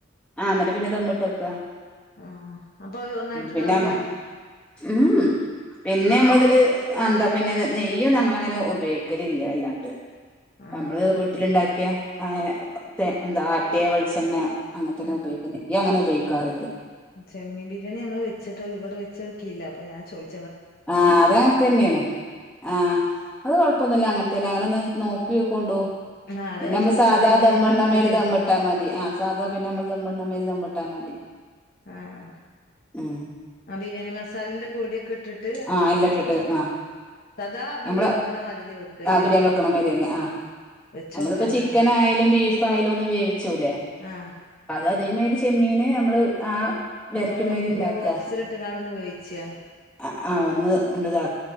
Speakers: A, in the centre; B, on the left (about 50°).
A: ആഹ് എന്നിട്ട് പിന്നെ ദമ്മിട്ട് വെക്ക.
B: ആ അപ്പൊ ഒന്നായിട്ട്
A: പിന്നെമ്മ
B: ഇതാവൂല
A: ഹ്മ്മ് പിന്നെ
B: ആ
A: നമ്മള് ഇതില് അന്താ പിന്നെ നെ നെയ്യൊന്നു ഞങ്ങളങ്ങനെ ഉപയോഗിക്കലില്ലാ വല്ലാണ്ട്.
B: ആ
A: നമ്മള് വീട്ടിലുണ്ടാ ഒക്കെ <unintelligible> തെ എന്താ അട്ടിയ വെളിച്ച ചണ്ണ അങ്ങനത്തന്നെ
B: ഉം
A: ഉപയോഗിക്കുന്നെ ഇയങ്ങനെ ഉപയോഗിക്കാറില്ല്.
B: ചെമ്മീൻ ബിരിയാണി ഞങ്ങള് വെച്ചിട്ട് ഇവിടെ വെച്ചോക്കില്ല. അപ്പൊ ഞാൻ ചോദിച്
A: ആഹ് അതങ്ങനെത്തന്നെണ്. ആഹ് അത് കൊഴപ്പൊന്നില്ല അങ്ങന പിന്നെ അങ്ങനൊന്ന് നോക്കി കൊണ്ടോവും.
B: ആഹ് അതാ
A: പിന്നെ
B: ഞാൻ
A: നമ്മള്
B: ചോദിച്ചത്
A: സാധാ
B: എങ്ങനെ
A: ദമ്മ്ടിണമാതിരി
B: വെക്കല്
A: ദമ്മിട്ടാ മതി. ആഹ് സാധാ പിന്നെ നമ്മള് ദമ്മ്ടിണെ മാതിരി ദമ്മ് ട്ടാ മതി.
B: ആഹ്
A: ഉം
B: ആ ബിരിയാണി മസാലന്റെ പൊടിയൊക്കെ ഇട്ടിട്ട്
A: ആഹ്, എല്ലട്ടിട്ട് ആഹ്,
B: സദാ ബിരിയാൻ
A: നമ്മള്
B: വെക്കണ മാതിരി വെക്കല്ലേ
A: ആഹ് ബിരിയാൻ വെക്കണ മാതിരി തന്നെ ആഹ്,
B: വെച്ചോക്കാനാണ്
A: നമ്മളിപ്പ ചിക്കനായാലും ബീഫ് ഫായാലും ഒന്ന് വേവി ച്ചുലെ,
B: ആഹ്
A: അത് അതെ മതിരി ചെമ്മീൻ എങ്ങനെ നമ്മള് ആ വരട്ടുമാതിരി
B: റോ
A: ഉണ്ടാക്കുക
B: റോസിലിട്ട് കാണുന്ന വേവി ച
A: ആഹ് അ ഒന്ന് ഉണ്ട്ത